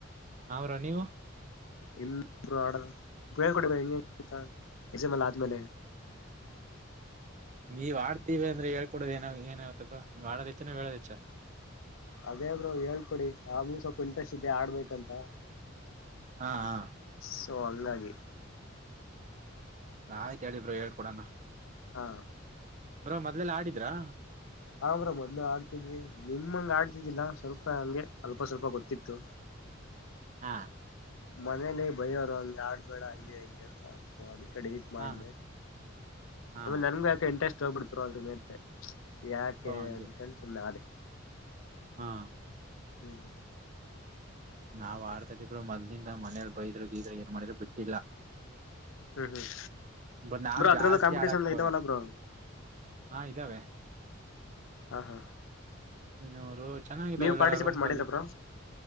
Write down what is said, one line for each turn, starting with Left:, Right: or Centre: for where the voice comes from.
Right: ಹಾ ಬ್ರೋ ನೀವು
Left: ಇಲ್ಲರು ಆಡ ಉಪಳ್ ಕೊಡಿರ ಹೆಂಗ ಹೆಂಗಂತ ಯಜಮಾಲ ಆದ್ಮೇಲೆ
Right: ನೀವ್ ಆಡ್ತಿೀವಿ ಅಂದ್ರೆ ಹೇಳ್ಕೊಡೋ ಏ ಏನ್ವತ್ತಪ್ಪ ನೀವು ಆಡೋದ ಇಚ್ಚಾನ ಹೇಳದ ಇಚ್ಚ
Left: ಅದೇಬ್ರು ಹೇಳ್ಕೊಡಿ ಆಮೂ ಸ್ವಲ್ಪ ಇಂಟ್ರೆಸ್ಟ್ ಇದ್ದೆ ಆಡ್ಬೇಕಂತ
Right: ಹಾ ಹಾ
Left: ಸೊ ಹಂಗಾಗಿ
Right: ನಾ ಆಯ್ತ ಹೇಳಿಬ್ರ ಹೇಳ್ಕೊಡೋಣ
Left: ಹಾ
Right: ಬರೋ ಮೊದ್ಲೆಲ್ಲ ಆಡಿದ್ರಾ
Left: ಹ್ರ ಮೊದ್ಲು ಆಡ್ತಿದ್ಿ ನಿಮಂಗ ಆಡ್ತಿದಿಲ್ಲ ಸ್ವಲ್ಪ ಹಂಗೆ ಅಲ್ಪ ಸ್ವಲ್ಪ ಗೊತ್ತಿತ್ತು
Right: ಹಾ
Left: ಮನೇಲಿ ಬಯವರು ಹಂಗೆ ಆಡ್ಬೇಡ ಹಂಗೆ ಹೆಂಗೆ ಅಂತ ಸೊ ಅ ಟ್ ಮಾಡ್ದ
Right: ಹಾ ಹಾ
Left: ಆಮೇಲೆ ನನ್ಗು ಯಾಕೆ ಇಂಟ್ರೆಸ್ಟ್ ಸೋಗಪರುಾದ್ರ ಮೇಲೆ. ಯಾಕೆ
Right: ಸೊ ಹಂಗೆ
Left: ಅಂದ ಕೊಂಡು ಸುಳ್ಳಾಡ್ತಿ.
Right: ಹಾ.
Left: ಹ್ಮ್.
Right: ನಾವ್ ಆಡ್ತಾ ಇದೀವರು ಮೊ್ಲಿಂದ ಮನೇಲಿ ಬೈದ್ರ ಈದ್ರ ಏನ್ ಮಾಡಿದ್ರು ಬಿಟ್ಟಿಲ್ಲ.
Left: ಹ್ಮ್ ಹ್ಮ್
Right: ಬಟ್ ನಾವ್
Left: ಬ್ರೋ ಅದ್ರಲ್ಲೂ
Right: ಜಾಸ್ತಿ
Left: ಕಾಂಪಿಟೇಷನ್
Right: ಆಡಕ್
Left: ಇದಾವಲ್ಲ
Right: ಹಲ್ಲ
Left: ಬ್ರೋ
Right: ಹಾ ಇದ್ದಾವೆ.
Left: ಹಾ ಹಾ.
Right: ಇನೂರು. ಚೆನ್ನಾಗಿದ್ದಾವೆಲ್ಲ
Left: ನೀವು ಪಾರ್ಟಿಸಿಪೇಟ್
Right: ರೋಮ್
Left: ಮಾಡಿದ್ರ
Right: ಕರ್ಗೆ.
Left: ಬ್ರೋ